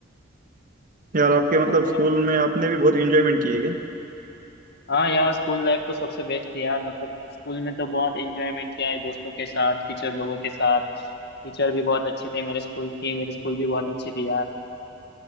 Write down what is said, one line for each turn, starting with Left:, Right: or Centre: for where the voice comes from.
Right: यार आपके मतलब
Left: अ,
Right: स्कूल में आपने भी बहुत एंजॉयमेंट किए क्या
Left: हाँ यार स्कूल लाइफ तो सबसे बेस्ट थी यार मतलब स्कूल में तो बहुत एंजॉयमेंट किया है दोस्तों के साथ टीचर लोगों के साथ टीचर भी बहुत अच्छे थे मेरे स्कूल की मेरी स्कूल भी बहुत अच्छी थी यार